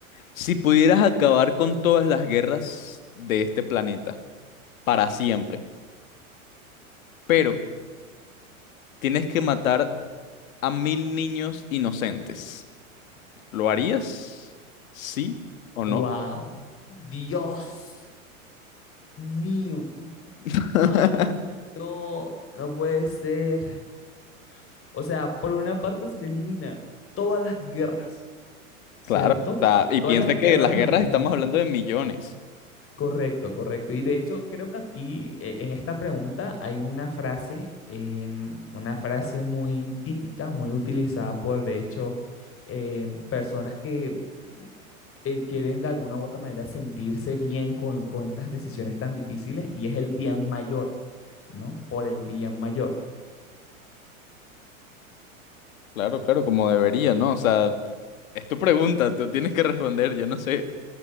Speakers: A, on the left (about 70°); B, on the left (about 30°).
A: Si pudieras acabar con todas las guerras de este planeta, para siempre, pero tienes que matar a mil niños inocentes, ¿lo harías? ¿Sí o no?
B: ¡Wow! ¡Dios mío!
A: <laughs>
B: ¡Ay, no! No puede ser. O sea, por una parte se eliminan todas las guerras, ¿cierto?
A: Claro. ta- Y
B: Todas
A: piensa
B: las
A: que
B: guerras
A: las guerras
B: del mundo.
A: estamos hablando de millones.
B: Correcto, correcto. Y de hecho, creo que aquí eh, en esta pregunta hay una frase, em, una frase muy típica, muy utilizada por, de hecho, eh, personas que mm, eh, quieren de alguna u otra manera sentirse bien con, con estas decisiones tan difíciles y es el bien mayor, ¿no? Por el bien mayor.
A: Claro, claro, como debería, ¿no? O sea, es tu pregunta, tú tienes que responder, yo no sé.